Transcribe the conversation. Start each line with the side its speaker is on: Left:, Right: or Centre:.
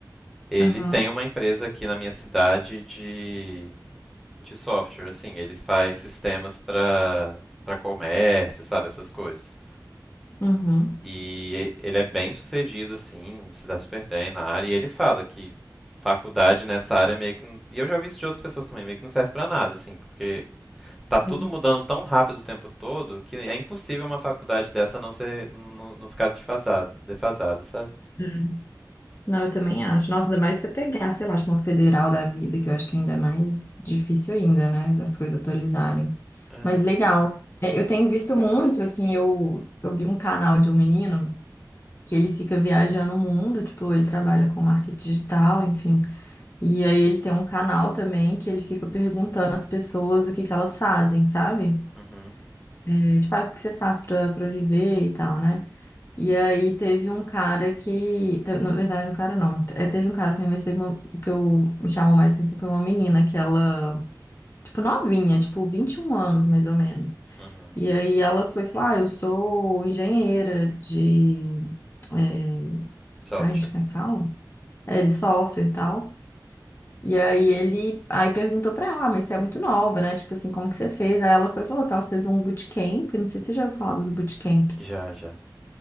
Centre: Ele
Left: Aham,
Centre: tem uma empresa aqui na minha cidade de, de software, assim, ele faz sistemas para para comércio, sabe, essas coisas.
Left: uhum,
Centre: E ele é bem sucedido, assim, se dá super bem na área. E ele fala que faculdade nessa área meio que. não- E eu já vi isso de outras pessoas também, meio que não serve pra nada, assim, porque tá tudo
Left: sim.
Centre: mudando tão rápido o tempo todo que é impossível uma faculdade dessa não ser. não, não ficar defasada, defasada, sabe?
Left: É. Não, eu também acho. Nossa, ainda mais se você pegar, sei lá, acho uma federal da vida, que eu acho que ainda é mais difícil ainda, né, das coisas atualizarem.
Centre: É.
Left: Mas legal. É, eu tenho visto muito, assim, eu, eu vi um canal de um menino que ele fica viajando o mundo, tipo, ele trabalha com marketing digital, enfim. E aí ele tem um canal também que ele fica perguntando às pessoas o que que elas fazem, sabe?
Centre: Uhum.
Left: É, tipo, ah, o que você faz pra, pra viver e tal, né? E aí teve um cara que, te- na verdade, um cara não, é, teve um cara também, mas teve uma, o que eu me chamou mais atenção foi uma menina que ela, tipo, novinha, tipo, 21 anos mais ou menos.
Centre: Uhum.
Left: E aí ela foi falar, ah, eu sou engenheira de, é,
Centre: Software.
Left: Ai, gente, como é que fala? é, de software e tal. E aí ele aí perguntou pra ela, "Ah, mas você é muito nova, né? Tipo assim, como que você fez? Aí ela foi e falou que ela fez um bootcamp, não sei se você já ouviu falar dos bootcamps.
Centre: Já, já.